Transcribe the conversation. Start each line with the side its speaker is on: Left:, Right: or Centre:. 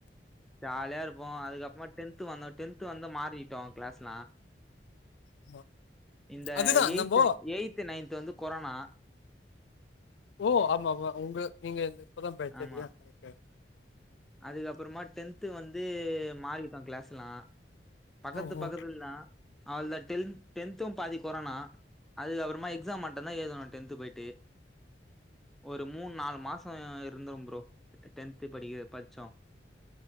Centre: ஜாலியா இருப்போ அதுக்கப்றமா டென்த் வந்தோ டென்த் வந்து மாறிட்டோ க்ளாஸ்லா
Left: ஆமா
Centre: இந்த
Left: அதுதா
Centre: எய்து
Left: நம்போ
Centre: எய்து நைன்து வந்து கொரோனா
Left: ஓ ஆமா ஆமா உங்க நீங்க என்ட இப்பதா பேச்சறியா
Centre: ஆமா
Left: கரெக்ட் கரெக்ட்
Centre: அதுக்கப்புறமா டென்து வந்து மாறிட்டோ க்ளாஸ்லா பக்கத்து
Left: ஓ ஓ
Centre: பக்கத்துலதா அவளதா டென்த் டென்த்து பாதி கொரோனா அதுக்கப்றமா எக்ஸாம் மட்டுதா எழுதணோ டென்த் போய்ட்டு ஒரு மூண் நால் மாசோ இருந்தோ ப்ரோ டென்த் படிக்க படிச்சோ